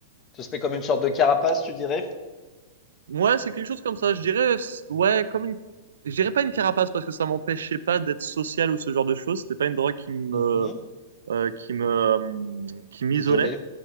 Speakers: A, on the left; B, on the right.
A: Ce serait comme une sorte de carapace, tu dirais?
B: Ouais, c'est quelque chose comme ça. Je dirais, c- ouais, comme une, je dirais pas une carapace parce que ça m'empêchait pas d'être social ou ce genre de choses. C'était pas une drogue qui me,
A: Mmh mh,
B: euh, qui me, euh, qui
A: qui
B: m'isolait.
A: t'isolait.